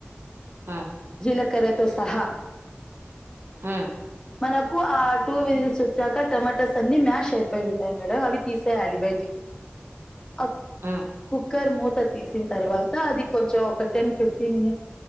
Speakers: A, on the right; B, on the left.
A: ఉమ్,
B: జీలకర్రతో సహా
A: ఆ
B: మనకు ఆ టూ వీల్ర్స్ వచ్చాక టొమాటాస్ అన్ని మ్యాష్ అయిపోయి ఉంటాయి మేడం అవి తీసేయాలి బయట డీకే
A: <inaudible>
B: అక్ కుక్
A: ఉమ్.
B: కుక్కర్ మూత తీసిన తర్వాత అది కొంచెం ఒక టెన్ ఫిఫ్టీన్ మినిట్స్